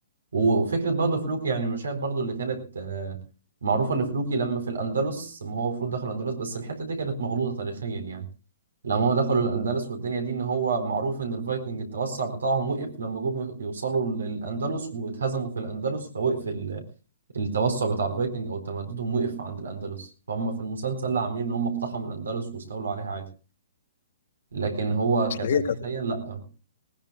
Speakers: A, on the right; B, on the left.
A: وفكره برضو فلوكي يعني المشاهد برضو اللي كانت آه، معروفه لفلوكي لما في الاندلس ما هو المفروض دخل الاندلس بس الحته دي كانت مغلوطه تاريخيا يعني لما هم دخلوا الأندلس والدنيا دي إن هو معروف إن الفايكنج التوسع بتاعهم وقف لما جم يوصلوا للأندلس واتهزموا في الأندلس فوقف ال- التوسع بتاع الفايكنج أو تمددهم وقف عند الأندلس فهم في المسلسل لا عاملين إن هم اقتحموا الأندلس واستولوا عليها عادي لكن هو كتاريخيا
B: أصل هي كانت
A: لا